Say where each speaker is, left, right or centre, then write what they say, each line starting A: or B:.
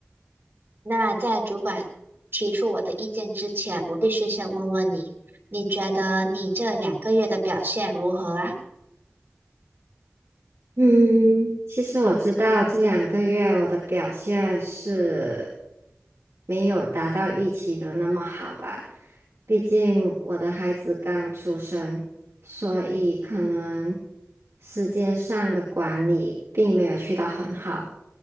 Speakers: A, on the right; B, on the right.
A: 那在主管提出我的意见之前，我必须先问问你，你觉得你这两个月的表现如何啊？
B: 嗯，其实我知道这两个月我的表现是没有达到预期的那么好吧，毕竟我的孩子刚出生，所以可能时间上的管理并没有去到很好，